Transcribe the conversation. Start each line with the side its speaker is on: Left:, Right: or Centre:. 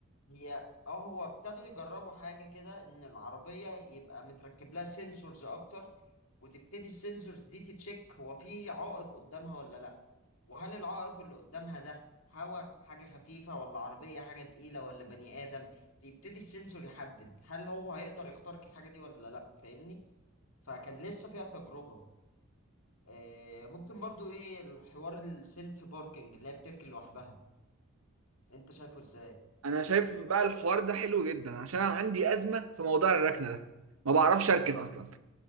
Left: هي اه هو ابتدوا يجربوا حاجة كده ان العربية يبقى متركب لها سنسورز اكتر وتبتدي السنسورز دي تتشيك هو في عائق قدامها ولا لا وهل العائق اللي قدامها ده هوا حاجة خفيفة ولا عربية حاجة تقيلة ولا بني آدم يبتدي السنسور يحدد هل هو هيقدر يخترق الحاجة دي ولا لا فاهمني فكان لسه فيها تجربة آه، ممكن برضو ايه الحوار السيلف باركينج اللي هي بتركن لوحدها انت شايفه ازاي
Right: انا شايف بقى الحوار ده حلو جدا عشان انا عندي ازمه في موضوع الركنه ده ما بعرفش اركن اصلا